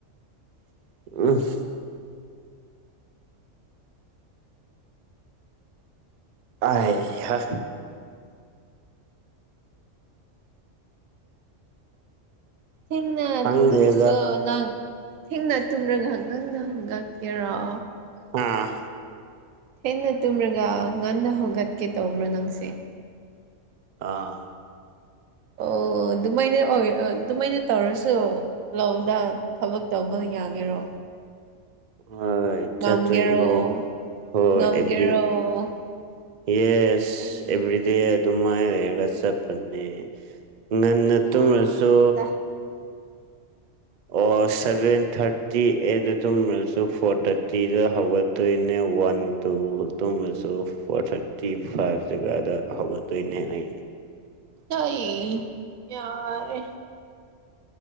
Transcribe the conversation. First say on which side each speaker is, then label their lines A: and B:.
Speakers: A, on the right; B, on the right.
A: <unintelligible> ꯑꯥꯏ ꯍꯥ
B: ꯊꯦꯡꯅ
A: ꯈꯪꯗꯦꯗ
B: ꯇꯨꯝꯔꯁꯨ ꯅꯪ ꯊꯦꯡꯅ ꯇꯨꯝꯔꯒꯥꯛ ꯅꯪꯅ ꯍꯪꯒꯛꯀꯦꯔꯣ
A: ꯑ
B: ꯊꯦꯡꯅ ꯇꯨꯝꯔꯒ ꯉꯟꯅ ꯍꯧꯣꯒꯠꯀꯦ ꯇꯧꯕ꯭ꯔꯣ ꯅꯪꯁꯦ
A: ꯑꯥ
B: ꯑꯣ ꯑꯗꯨꯃꯥꯏꯅ ꯑꯣꯏ ꯑꯗꯨꯃꯥꯏꯅ ꯇꯧꯔꯁꯨ ꯂꯗꯥ ꯊꯕꯛ ꯇꯧꯕꯒꯤ ꯌꯥꯒꯦꯔꯣ
A: ꯍꯣꯏ ꯆꯠꯇꯔꯤꯅꯤ
B: ꯉꯝꯒꯦꯔꯣ
A: ꯍꯣꯏ
B: ꯉꯝꯒꯦꯔꯣ
A: ꯑꯦꯕ ꯌꯦꯁ
B: ꯑꯩ
A: ꯏꯕꯔꯤꯗꯤ ꯑꯗꯨꯃ ꯂꯩꯔꯒ ꯆꯠꯄꯅꯦ ꯉꯟꯅ
B: ꯌꯥꯔꯦꯗ
A: ꯇꯨꯝꯃꯁꯨ ꯑꯣ ꯁꯦꯚꯦꯟ ꯊꯥꯔꯇꯤ ꯑꯦꯗ ꯇꯨꯝꯃ꯭ꯔꯁꯨ ꯐꯣꯔ ꯊꯥꯔꯇꯤꯗ ꯍꯧꯒꯠꯇꯣꯏꯅꯦ ꯋꯥꯟ ꯇꯨ ꯇꯣꯁꯨ ꯐꯣꯔ ꯊꯥꯔꯇꯤ ꯐꯥꯏꯚ ꯖꯒꯥꯗ ꯍꯧꯒꯗꯣꯏꯅꯦ ꯑꯩꯅꯦ
B: ꯑꯩꯏ ꯌꯔꯦ